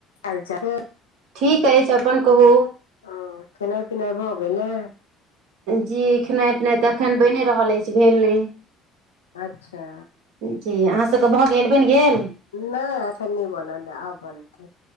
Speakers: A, on the left; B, on the right.
A: हाल चाल
B: ठीक अछि अपन कहू
A: ओ खनाइ पिनाइ भऽ गेलै
B: जी खेनाइ पिनाइ तऽ एखन बनि रहल अछि भेल नहि
A: अच्छा
B: जी अहाँ सबके भऽ गेल बनि गेल
A: नहि एखन नहि बनल ऐ आब बनतै